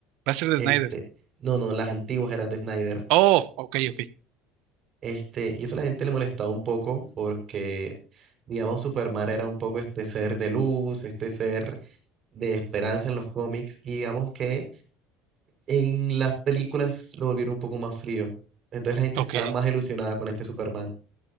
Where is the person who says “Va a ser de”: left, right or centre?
Right